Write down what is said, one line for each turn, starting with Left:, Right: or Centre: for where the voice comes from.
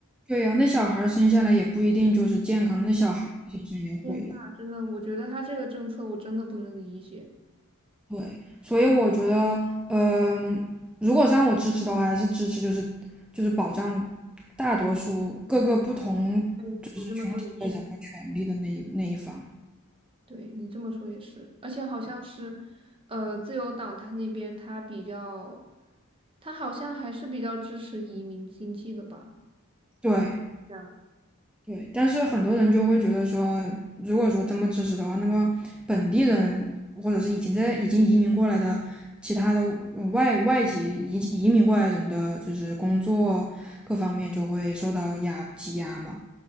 Centre: 对呀，那小孩儿生下来也不一定就是健康的那小孩儿精神也毁了。
Right: 天呐，真的，我觉得他这个政策我真的不能理解。
Centre: 对，所以我觉得，嗯、如果是让我支持的话，还是支持就是就是保障大多数各个不同
Right: 对，你这么说也是。
Centre: 的人的权利的那一那一方。
Right: 对，你这么说也是，而且好像是，呃，自由党他那边他比较，他好像还是比较支持移民经济的吧？
Centre: 对
Right: 这样，
Centre: 对，但是很多人就会觉得说，如果说这么支持的话，那么本地人或者是已经在已经移民过来的其他的呃外外籍移移民过来人的，就是工作各方面就会受到压挤压嘛。